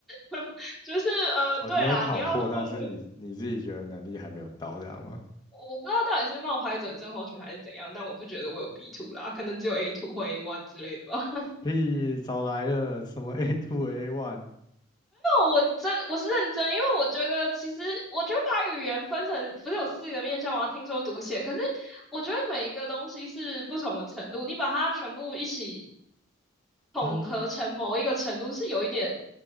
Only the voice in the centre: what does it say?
<laughs> 就是呃，
对啦，
你要问我，
我不知道到底是冒牌者症候群还是怎样，但我不觉得我有 B two 啦，可能只有 A two 或 A one 之类的吧。
我真我是认真，因为我觉得其实我觉得把语言分成不是有四个面向吗？听说读写，可是我觉得每一个东西是不同的程度，你把它全部一起统合成某一个程度，
是有一点